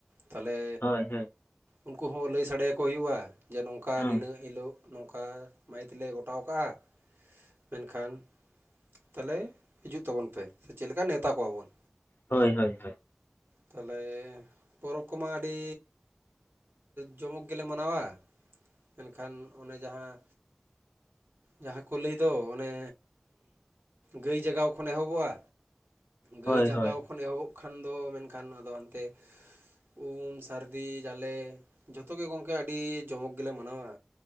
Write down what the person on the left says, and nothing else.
ᱦᱳᱭ
ᱦᱩᱸ
ᱦᱳᱭ ᱦᱳᱭᱳᱭ᱾
ᱦᱳᱭ
ᱦᱳᱭ ᱦᱳᱭ